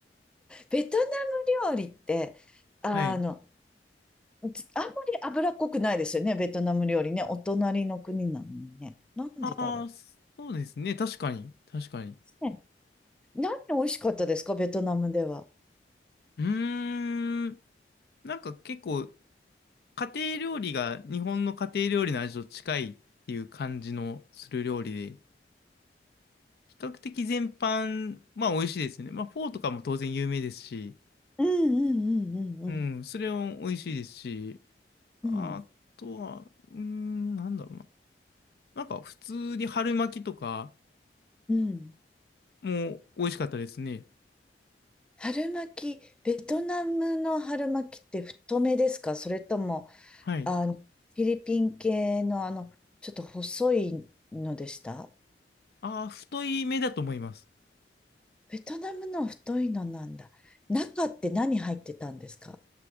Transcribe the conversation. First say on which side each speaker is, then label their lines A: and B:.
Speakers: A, in the centre; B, on the left.
A: ベトナム料理って、あの、
B: はい。
A: つあんまり脂っこくないですよね。ベトナム料理ね。お隣の国なのにね。なんでだろ
B: ああ、そうですね。確かに。確かに。
A: う。ね、何美味しかったですかベトナムでは。
B: うーん。なんか結構、家庭料理が日本の家庭料理の味と近いっていう感じのする料理で、比較的全般、まあ美味しいですね。まあフォーとかも当然有名ですし、
A: うんうんうんうんうん
B: うん、それも美味しいですし、
A: うん。
B: あとは、うーん、なんだろうな。なんか普通に春巻きとか
A: うん。
B: も美味しかったですね。
A: 春巻き、ベトナムの春巻きって太めですかそれとも
B: はい。
A: あの、フィリピン系のあの、ちょっと細いのでした
B: ああ、太い目だと思います。
A: ベトナムの太いのなんだ。中って何入ってたんですか